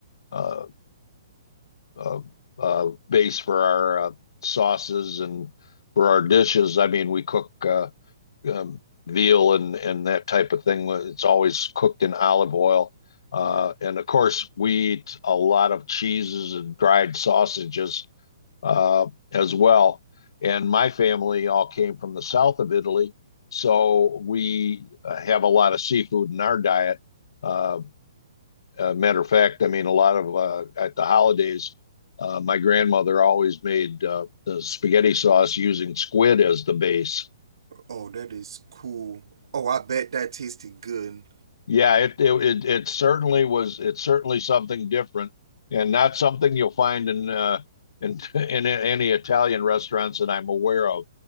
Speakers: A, on the left; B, on the right.
A: uh, uh, uh, base for our uh, sauces and for our dishes. I mean, we cook. Uh, um, veal and and that type of thing. uh, It's always cooked in olive oil. Uh,
B: Mm.
A: and of course, we eat a lot of cheeses and dried sausages uh, as well. And my family all came from the south of Italy, so we uh, have a lot of seafood in our diet. Uh, uh, matter of fact, I mean, a lot of uh, at the holidays, uh, my grandmother always made uh, the spaghetti sauce using squid as the base.
B: Oh, that is cool. Oh, I bet that tasted good.
A: Yeah, it, it it it certainly was. It's certainly something different, and not something you'll find in uh, in <laughs> in a- any Italian restaurants that I'm aware of.